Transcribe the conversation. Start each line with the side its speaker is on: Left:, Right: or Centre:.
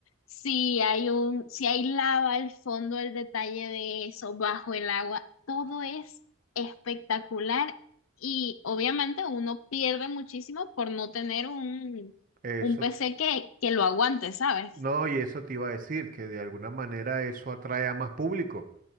Left: Si hay un, si hay lava al fondo, el detalle de eso, bajo el agua, todo es espectacular y obviamente uno pierde muchísimo por no tener un,
Right: Eso
Left: un PC que, que lo aguante, ¿sabes?
Right: No, y eso te iba a decir, que de alguna manera eso atrae a más público.